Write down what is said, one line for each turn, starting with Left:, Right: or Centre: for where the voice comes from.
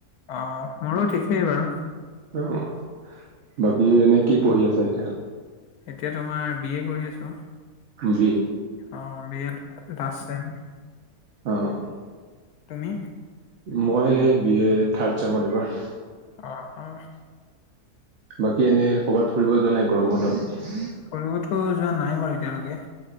Left: অ মোৰো ঠিকেই বাৰু
Right: অ', বাকী এনে কি পঢ়ি আছা এতিয়া?
Left: এতিয়া তোমাৰ বি এ কৰি আছোঁ।
Right: বি এ
Left: অ' বি এ লাষ্ট ছেম।
Right: অ'
Left: তুমি?
Right: মই এই বি এ থাৰ্ড ছেমত এইবাৰ।
Left: অ', অ'।
Right: বাকী এনে ক'ৰবাত ফুৰিব যোৱা নাই গৰম বন্ধত?
Left: ফুৰিবতো যোৱা নাই বাৰু এতিয়ালৈকে।